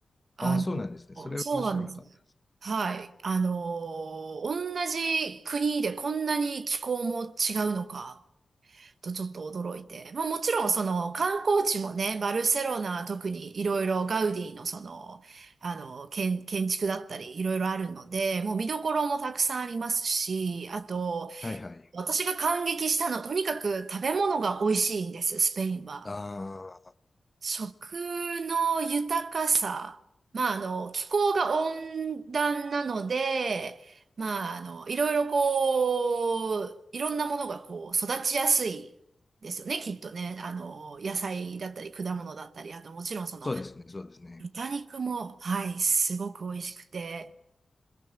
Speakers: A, on the right; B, on the left.
A: あ
B: ああ、そうなんですね。
A: の、
B: それは知らなかったです。
A: そうなんです。はい。あの、同じ国でこんなに気候も違うのか。とちょっと驚いて。まあもちろんその観光地もね、バルセロナは特にいろいろガウディのその、あの、建、建築だったりいろいろあるので、もう見どころもたくさんありますし、あと、
B: はいはい。
A: 私が感激したのはとにかく食べ物が美味しいんです、スペインは。
B: ああ、
A: 食の豊かさ。まあ、あの、気候が温暖なので、まあ、あの、いろいろこう、いろんなものがこう、育ちやすいですよね、きっとね。あの、野菜だったり、果物だったり、あともちろんその、
B: そうですね、そうですね。
A: 豚肉も、はい、すごく美味しくて、